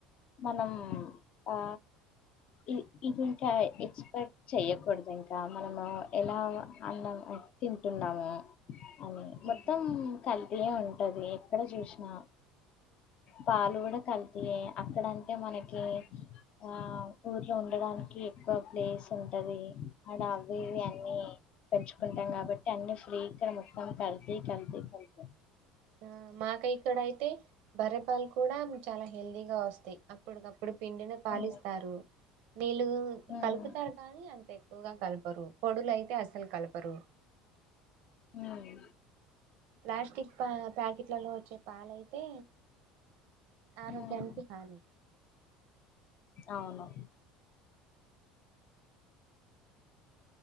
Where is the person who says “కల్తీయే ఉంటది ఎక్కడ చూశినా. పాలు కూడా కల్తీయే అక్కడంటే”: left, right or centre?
Left